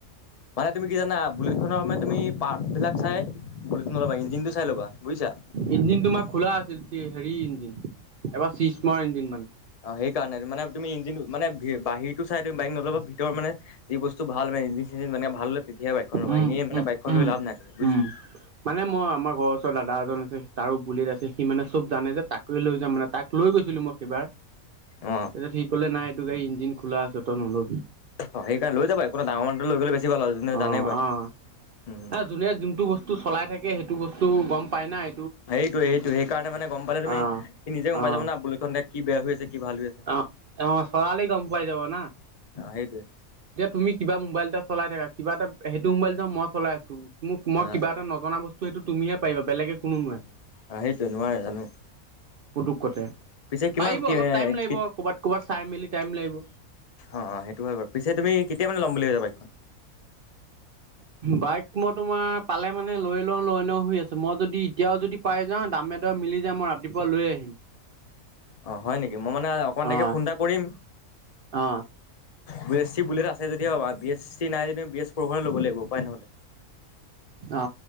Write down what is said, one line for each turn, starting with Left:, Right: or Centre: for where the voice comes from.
Left: মানে তুমি কি জানা বুলেটনৰ সময় তুমি পাৰ্ট বিলাক চাই পলটো নলব ইঞ্জিনটো চাই ল'বা বুইছা
Right: ইঞ্জিন তোমাৰ খোলা আছিল হেৰি ইঞ্জিন এবাৰ চি্মাৰ ইঞ্জিন মানে
Left: অ সেই কাৰণে মানে তুমিঞ্জিন মানে বাহিৰতো চাই তুমি বাইক নলবা ভিতৰ মানে যি বস্তু ভাল মানে ইঞ্িন মানে ভাল লয় তেতিাহ বাইখন লব
Right: উম
Left: এনে মানে
Right: উম
Left: বাইকখন
Right: উম
Left: লাভ নাই বুজিছা
Right: উম মানে মই আমাৰ ঘৰওচৰ দা এজন আছে তাৰো বুলিত আছে সি মানে চব জানে যে তাকে লৈ যাম মানে তাক লৈ লৈ গৈছিলো মই সেইবাৰ তাৰপিছত
Left: অ
Right: সি কলে নাই এইটো গাড়ী ইঞ্জিন খোলা আছে তই নলবি
Left: হয় সেইকাৰণ লৈ যাবা একোনাই ডাঙৰ মানুহটো লৈ গলে বেছি ভাল আৰু যোনে
Right: অ
Left: জানে বাইক।
Right: অ
Left: উম
Right: ন যোনে যোনটো বস্তু চলাই থাকে সেইটো বস্তু গম পাই নাই
Left: সেইটোয়ে সেইটো সেই কাৰণে মানে গম পালে তুমি
Right: অ
Left: সি নিজে গম
Right: অ
Left: পাই যাব না বুলেট খন এতিয়া কি বেয়া আছে কি ভাল হৈ আছে
Right: অ অ চলালে গম পাই যাব না।
Left: অ সেইটোৱে
Right: যে তুমি কিবা মোবাইল এটা চলাই থাকা কিবা এটা সেইটো মোবাইলটো মই চলাই আছো মোক মই
Left: অ
Right: কিবা এটা নজনা বস্তু ত এইটো তুমি হে পৰিবা বেলেগে কোনো নোৱাৰে।
Left: অ সেইটোৱে নোৱাৰে জানো।
Right: পুতুক কতে
Left: পিছে কিমান
Right: পাৰিব
Left: কি
Right: অলপ
Left: অ অ
Right: টাইম লাগিব কৰ'ৰবাত ক'বাত চাই মেলি টাইম লাগিব।
Left: অ অ সেইটো হয় বাৰু পিছে তুমি কেতিয়া মানে ল'ম বুলি ভাবিছা বাইকখন।
Right: বাইক মই তোমাৰ পালে মানে লৈ লওঁ লৈ ল হৈ আছোঁ মই যদি এতিয়াও যদি পাই যাওঁ দামে দৰ মিলি যাই মই ৰাতিপুৱা লৈ আহিম।
Left: অ হয় নেকি মই মানে অকণমন দেৰীকে
Right: অ
Left: ফোন এটা কৰিম।
Right: অ
Left: বি এছ চি বুলেত আছে যদি পাবা বিছ চি নাই বি এছ ফৰ লব লাগিব উপায় নহলে।
Right: অ